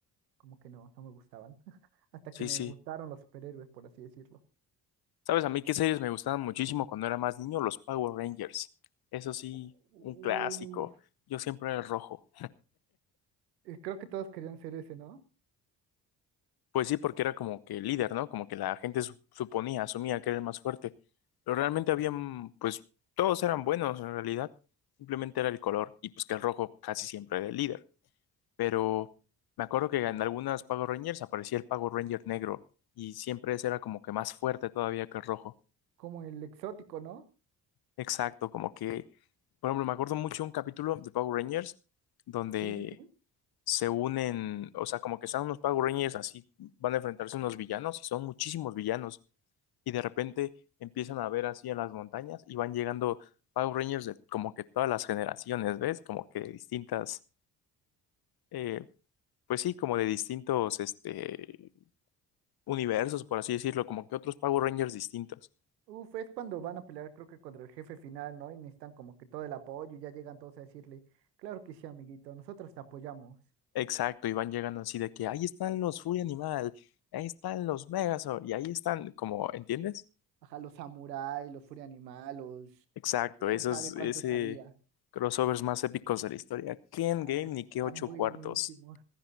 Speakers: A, on the right (about 85°); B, on the left (about 50°).
A: como que no, no me gustaban. <laughs> Hasta
B: Sí,
A: que me
B: sí.
A: gustaron los superhéroes, por así decirlo.
B: ¿Sabes a mí qué series me gustaban muchísimo cuando era más niño? Los Power Rangers. Eso sí,
A: Uh,
B: un clásico. Yo siempre era el rojo.
A: eh, creo que todos querían ser ese, ¿no?
B: Pues sí, porque era como que el líder, ¿no? Como que la gente su- suponía, asumía que era el más fuerte. Pero realmente habían, pues todos eran buenos en realidad. Simplemente era el color y pues que el rojo casi siempre era el líder. Pero me acuerdo que en algunas Power Rangers aparecía el Power Ranger negro y siempre ese era como que más fuerte todavía que el rojo.
A: Como el exótico, ¿no?
B: Exacto, como que, por ejemplo, me acuerdo mucho un capítulo de Power Rangers donde
A: Sí, sí, sí.
B: se unen, o sea, como que están unos Power Rangers así, van a enfrentarse a unos villanos y son muchísimos villanos y de repente empiezan a ver así en las montañas y van llegando Power Rangers de como que todas las generaciones, ¿ves? Como que de distintas, eh, pues sí, como de distintos este, universos, por así decirlo, como que otros Power Rangers distintos.
A: Uf, es cuando van a pelear, creo que contra el jefe final, ¿no? Y necesitan como que todo el apoyo y ya llegan todos a decirle, claro que sí, amiguito, nosotros te apoyamos.
B: Exacto, y van llegando así de que ahí están los Furia Animal, ahí están los Megazord y ahí están, como, ¿entiendes?
A: Ajá, los samuráis, los furia animal, los...
B: Exacto,
A: ¿Quién
B: esos,
A: sabe cuántos
B: ese
A: había?
B: crossovers más épicos de la historia. ¿Qué Endgame
A: Ah, están
B: ni qué ocho
A: buenísimos.
B: cuartos?